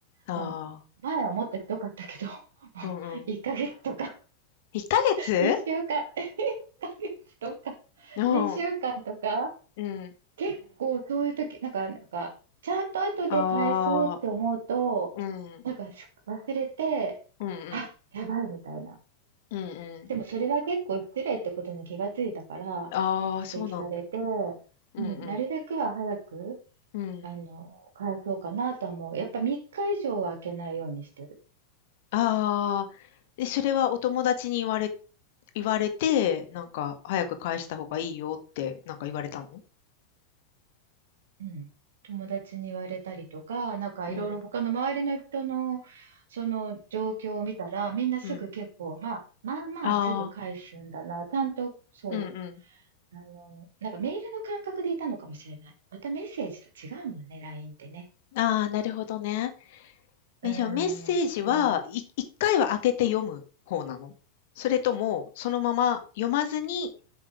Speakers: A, on the left; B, on the right.
A: あ
B: まあ、
A: あ。
B: 前はもっとひどかったけど、<laughs> も
A: うんうんうんああうんうん
B: う1ヶ月とか、
A: 1ヶ月
B: 2週間、1ヶ月とか、
A: うん。
B: 2週間とか、
A: うん。
B: 結構そういう時、なんかなんか、ちゃんと後で返そうって思うと、
A: ああ。うん。
B: なんかし忘れて、
A: うんうん。
B: あ、やばいみたいな。
A: うんうん。
B: でもそれは結構失礼ってことに気がついたから、
A: ああ、そうなんだ。
B: 指摘されて、うん、
A: うんうん。
B: なるべくは早く、
A: うん。
B: あの、返そうかなとは思う。やっぱ3日以上は空けないようにしてる。
A: ああ、え、それはお友達に言われ言われて、なんか、早く返した方がいいよって、なんか言われたの
B: うん。友達に言われたりとか、なんかいろいろ他の周りの人のその状況を見たら、
A: うん、
B: みんなすぐ結構、
A: うん。
B: まあ、まあまあすぐ返すんだな。
A: ああ、
B: ちゃんと、そ
A: うんう
B: う、あの、なんかメールの感覚でいたのかもしれない。またメッセージと違うもんね、LINE ってね。
A: ん。ああ、なるほどね。え、
B: うーん、
A: じゃあメッセージは、
B: そう。
A: い、一回は開けて読む方なのそれとも、そのまま読まずに、